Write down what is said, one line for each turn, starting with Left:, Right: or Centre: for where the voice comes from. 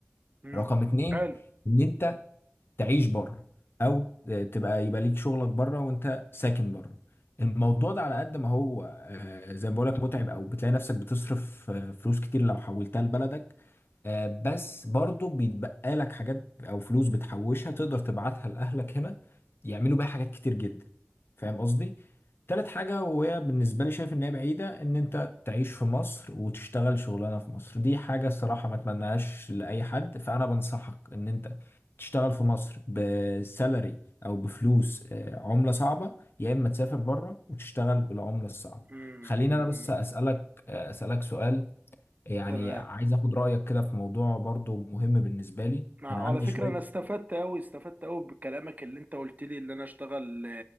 Right: امم
Left: رقم اتنين
Right: حلو
Left: إن تعيش بره او تبقى يبقى ليك شغلك بره وانت ساكن بره الموضوع ده على قد ما هو آه، زي ما بقولك متعب او بتلاقي نفسك بتصرف آه، فلوس كتير لو حولتها لبلدك آه، بس برضه بيتبقى لك حاجات او فلوس بتحوشها تقدر تبعتها لاهلك هنا يعملوا بيها حاجات كتير جدا فاهم قصدي تالت حاجة وهي بالنسبة لي شايف ان هي بعيدة ان انت تعيش في مصر وتشتغل شغلانة في مصر دي حاجة الصراحة ما اتمناهاش لأي حد فأنا بنصحك ان انت تشتغل في مصر بسالري او بفلوس آه، عملة صعبة يا اما تسافر بره وتشتغل بالعملة الصعبة
Right: امم
Left: خليني انا بس اسألك آه، اسألك سؤال يعني
Right: تمام
Left: عايز اخد رأيك كده في موضوع برضو مهم بالنسبة لي
Right: مع-
Left: انا عندي
Right: على فكرة
Left: شوية
Right: أنا استفدت أوي استفدت أوي بكلامك اللي أنت قلت لي إن أنا أشتغل